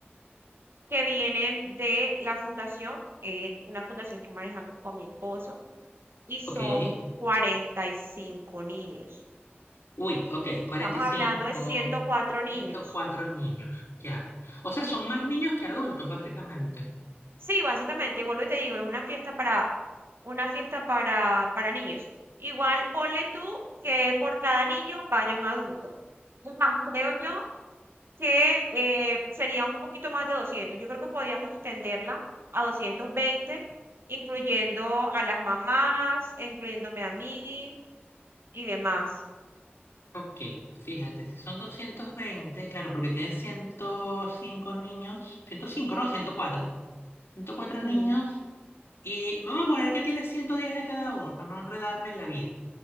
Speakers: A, on the right (about 70°); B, on the left (about 80°).
A: que vienen de la fundación, eh, una fundación que manejamos con mi esposo, y son
B: Ok.
A: 45 niños.
B: Uy, ok,
A: Estamos
B: cuarenta y cinco,
A: hablando de 104 niños.
B: ciento cuatro niños, ya. O sea, son más niños que adultos, básicamente.
A: Sí, básicamente, y vuelvo y te digo, es una fiesta para, una fiesta para, para niños. Igual ponle tú que por cada niño vaya un adulto. Es más, creo yo que eh, sería un poquito más de doscientos Yo creo que podríamos extenderla a 220 incluyendo a las mamás, incluyéndome a mí y demás.
B: Ok, fíjate, si son 220 claro, porque tienes 105 niños, 105 no, ciento cuatro ciento cuatro
A: Sí,
B: niños y vamos a poner que tienes 110 de cada uno para no enredarme en la vida,